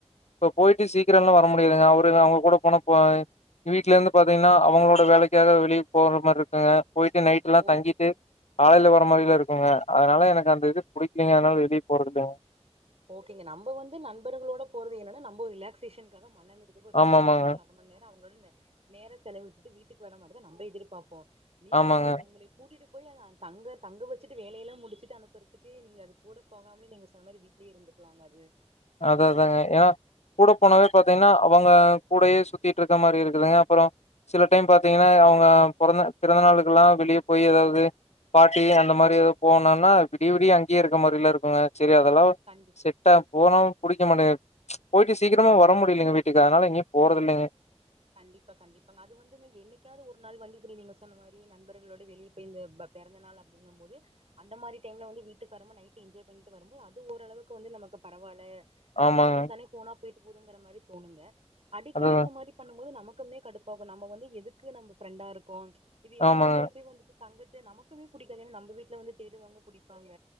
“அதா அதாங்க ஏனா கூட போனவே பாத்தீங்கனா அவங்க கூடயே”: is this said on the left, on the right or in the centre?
Left